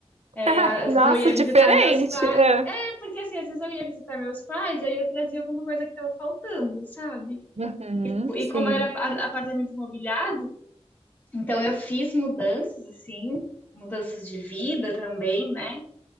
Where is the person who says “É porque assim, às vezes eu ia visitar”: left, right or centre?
Left